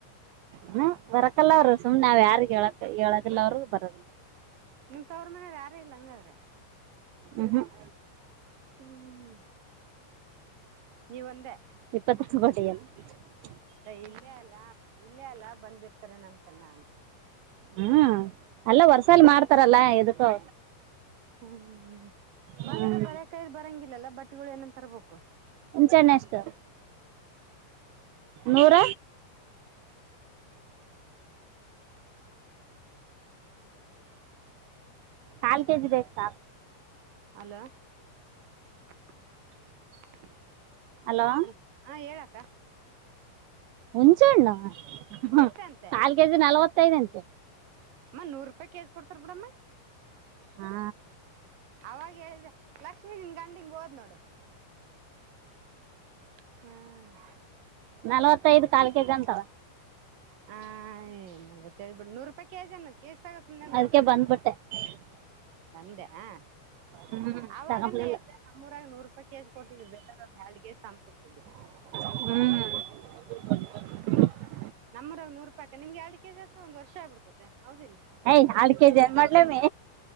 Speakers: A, on the right (about 80°); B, on the right (about 50°).
A: ಹ ಬರಕಲ್ಲ ಅವ್ರರು ಸುಮ್ನೆ ನಾವ್ ಯಾರಿಗ್ ಹೇಳಕ್ ಹೇಳದಿಲ್ಲ ಅವ್ರಗ ಬರದಿಲ್ಲ.
B: ನಿಮ್ ತವರು ಮನೇ ಯಾರ ಇಲ್ಲ ಹಂಗಾದ್ರೆ.
A: ಹ ಹ-
B: ಹ್ಮ್- ನೀವ ಒಂದೇ.
A: ಇಪ್ಪತ್ತತ್ತು. <inaudible> <unintelligible>
B: ಇಲ್ಲೇ ಅಲ್ಲ ಇಲ್ಲೇ ಅಲ್ಲ ಬಂದಿರ್ತಾರೆ ನಮ ಕಣ್ಣ ನಾನು.
A: ಹ್ಮ್ ಅಲ್ಲ ವರ್ಷಾಲ ಮಾಡ್ತಾರಲ್ಲಾ ಇದಕ್ಕು.
B: ಹ್ಮ್ ಬಂದ್ರೆ
A: ಹ್ಮ್
B: ಬರಕಾಯ ಬರಂಗಿಲ್ಲಲ್ಲ ಬಟ್ಟಿಗಳು ಏನನ್ ತರ್ಬೇಕು.
A: ಮುಂಚೆ್ಣೆ ಅಷ್ಟು ನೂರ. ಕಾಲ್ ಕೆಜಿ ಬೇಕಸ.
B: ಹಲೋ. <inaudible>
A: ಹಲೋ
B: ಅ ಹ ಹೇಳಾಕ್ಕ.
A: ಹುಂಚೆ ಹಣ್ಣು
B: ಎಷ್ಟ ಅಂತೆ
A: ಕಾಲ್ ಕೆಜಿ ನಲ್ವತ್ತೈದಂಟ.
B: ಅಮ್ಮ ನೂರು ರೂಪಾಯಿ ಕೆಜ ಕೊಡ್ತಾರ ಬಿಡಮ್ಮ.
A: ಹಾ
B: ಅವಾಗ ಹೇಳಿದ್ರೆ ಲಕ್ಷ್ಮೀ ನಿನ್ ಗಂಡಿಂಗ ಓದ್ ನೋಡು. ಹ್ಮ್-
A: ನಲವತ್ತೈದು ಕಾಾಲಕ ಗ ಅಂತವ.
B: ಹ್್ ನಲ್ವತ್ತೈ್ ಬಿು ನೂರು ರೂಪಾಯಿ ಕೆಜ ಕೇಜ ತಗೋ ಸುಮನೆ ನೂರು
A: ಅದಕ್ಕೆ
B: ರೂಪಾಯಿ ಕೊಟ್ಟ.
A: <inaudible>
B: ಬಂದೆ ಆ
A: ಹ್ಮ್
B: ಅವಾಗ.
A: ತಗಂಬಲಿಲ್ಲ
B: ತಮ್ಮೂರಾಗ ನೂ ರೂಪಾಯಿ ಕೆಜಿ ಕೊಡ್ತಿದ್ ಬೇೇಕ ಒ ಎರಡ್ ಕೆಜಿ ತಮ್ಮ್ ಕೊಡ್ತಿದ್.
A: ಹ್ಮ್-
B: ನಮ್ಮರ ಒ್ೂ ರೂಪಾಯಿಕ ನಿಮ್ ಎರಡು ಕೆಜಿ ಹತ್ರ ಒಂದು ವರ್ ಆಗ್ಬಿಡ್ತತೆ ಹೌದಿಲ್ಲ.
A: ಯ ಎರಡು ಕೆಜಿ ಅನ್ ಮಾಡ್ಲಮ್ಮಿ